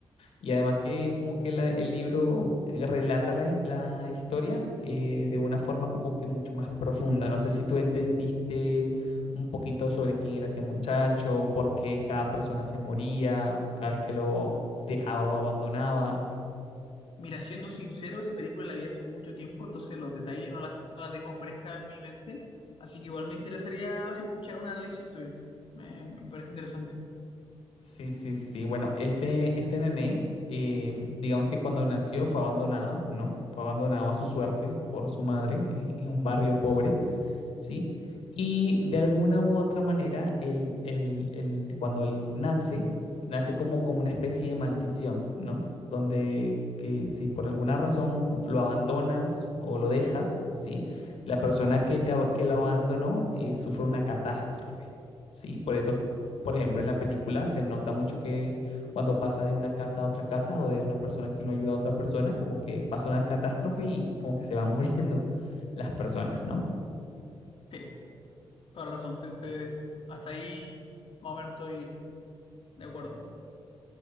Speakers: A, on the left; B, on the left.
A: y además que como que la- el libro eh, relata la, la historia eh, de una forma como que mucho más profunda. No sé si tú entendiste un poquito sobre quién era ese muchacho, por qué cada persona se moría cada vez que lo dejaba o abandonaba.
B: Mira, siendo sincero, esa película la vi hace mucho tiempo, entonces los detalles no las no la tengo fresca en mi mente, así que igual me interesaría escuchar un análisis tuyo. Me, me parece interesante.
A: Sí, sí, sí. Bueno, este, este nené, eh, digamos que cuando nació fue abandonado, ¿no? Fue abandonado a su suerte por su madre en, en un barrio pobre. ¿sí? Y de alguna u otra manera, él, él- él- cuando él nace, nace como con una especie de maldición, ¿no? Donde que si por alguna razón lo abandonas o lo dejas, ¿sí? La persona que, te, ab- que lo abandonó eh, sufre una catástrofe, ¿sí? Por eso, por ejemplo, en la película se nota mucho que cuando pasa de una casa a otra casa o de una persona que no ayuda a otra persona, como que pasa una catástrofe y como que se van <laughs> muriendo las personas, ¿no?
B: Sí, toda la razón. te- te- hasta ahí más o menos estoy de acuerdo.